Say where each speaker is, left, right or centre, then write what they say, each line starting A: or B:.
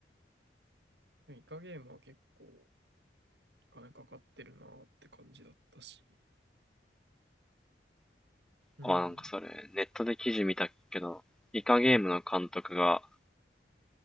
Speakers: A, on the right (about 70°); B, in the centre.
A: でもイカゲームは結構お金かかってるなって感じだったし。うん。
B: あ、なんかそれ、ネットで記事見たけど、イカゲームの監督が、